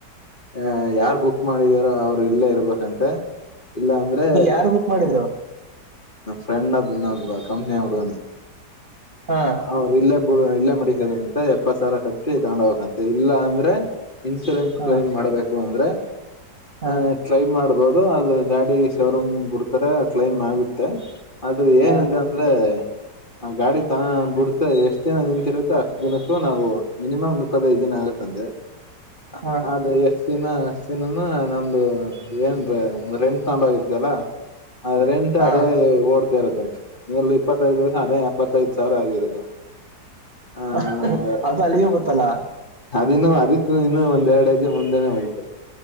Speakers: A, on the left; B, on the right.
A: ಅ ಯಾರ್ ಬುಕ್ ಮಾಡಿದಾರ ಅವ್ರು ಇಲ್ಲೇ ಇರ್ಬೇಕಂತೆ ಇಲ್ಲ ಅಂದ್ರೆ
B: ಯಾರು ಬುಕ್ ಮಾಡಿದ್ರು
A: ನ ಫ್ರಂಡನ್ನ ಕಂಪ್ನಿಯ ಹುಡ್ಗನೆ
B: ಹಾ
A: ಅವೌದ ಇಲ್ಲೇ ಇಲ್ಲೇ ಮಡಿಕತರಂತೆ ಅಂತ ಎಪ್ಪತ್ ಸಾವಿರ ಕಟ್ಟಿ ತಗೊಂಡ ಹೋಗಬೇಕಂತಂತೆ ಇಲ್ಲ ಅಂದ್ರೆ ಇನ್ಸೂರೆನ್ಸ್
B: ಹಾ
A: ಕ್ಲೈಮ್ ಮಾಡ್ಬೇಕು ಅಂದ್ರೆ
B: ಹಾ
A: ಹ ಹ ಟ್ರೈ ಮಾಡ್ಬೋದ್ ದು ಅದು ಗಾಡಿ ಶೋರೂಮ್ ಬಿಡ್ತಾರೆ ಅದು ಕ್ಲೈಮ್ ಆಗುತ್ತೆ ಆದ್ರೆ
B: ಹಾ
A: ಏನಿದೆ ಅಂದ್ರೆ ಅ ಗಾಡಿ ಹ ಬಿಡ್ತ ಎಷ್ಟ್ ದಿನ ನಿನ್ಂತರುತ್ತೆ ಅಷ್ಟ್ ದಿನಕ್ಕೂ ನಾವು ಮಿನಿಮಮ್ ಇಪ್ಪತ್ತೈದು ದಿನ ಆಗುತ್ತ ಅಂತೆೆ.. <unintelligible>
B: ಹಾ
A: ಅದೇ ಎಸ್.. <inaudible> ದಿನ ಸಿನಮ ನಮ್ದು ಏನ್ರೀ ರೆಂಟ್ ತಗೊನ್ ಇದ್ಯಾಲ್ಲ ಅದ್ರೆಂತ
B: ಹಾ
A: ಅದೇ ಓಡ್ತಾ ಇರತೆ ನೀಲ್ಲಿ ಇಪ್ಪತ್ತೈದು ಅದೇ ಎಪ್ಪತ್ತೈದು ಸರ ಆಗಿರೋದು.. <inaudible> ಆ
B: ಹಃ ಹಃ ಅದು ಅಲ್ಲಿಗೆ ಗೊತ್ತಲ
A: ಅದಿನ್ನು ಅದಕು ಇನ್ನು ಒಂದೆರಡ್ ಐ ಜೆ ಮುಂದೆನೆ ಹೂಯ್ತು